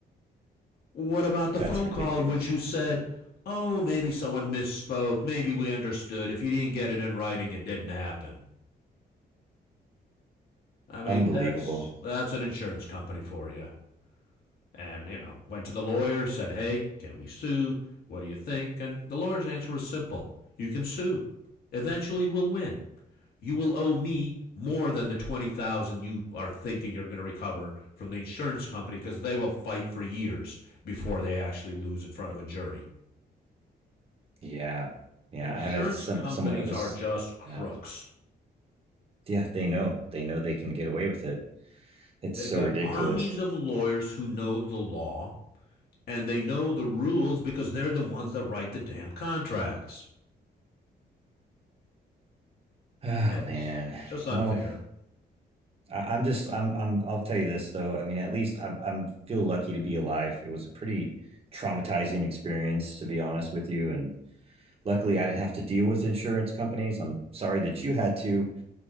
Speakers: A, on the left; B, on the right.
A: What about the
B: that's
A: phone
B: ridiculous.
A: call in which you said, "Oh, maybe someone misspoke. Maybe we understood. If you didn't get it in writing, it didn't happen." I mean,
B: Unbelievable.
A: that's that's an insurance company for you. And, you know, went to the lawyer, said, hey, can we sue? What do you think? And the lawyer's answer was simple you can sue. Eventually, we'll win. You will owe me more than the 20000 you are thinking you're going to recover from the insurance company because they will fight for years before they actually lose in front of a jury.
B: Yeah. Yeah.
A: Insurance
B: I have a some
A: companies
B: somewhat of a
A: are
B: s-
A: just crooks.
B: yeah. Yeah, they know. They know they can get away with it. It's
A: They've
B: so
A: got
B: ridiculous.
A: armies of lawyers who know the law and they know the rules because they're the ones that write the damn contracts.
B: Oh
A: It's
B: man.
A: Just unfair.
B: Well, I, I'm just I'm I'm I'll tell you this though. I mean, at least I'm I'm feel lucky to be alive. It was a pretty traumatizing experience, to be honest with you. And luckily I didn't have to deal with insurance companies. I'm sorry that you had to,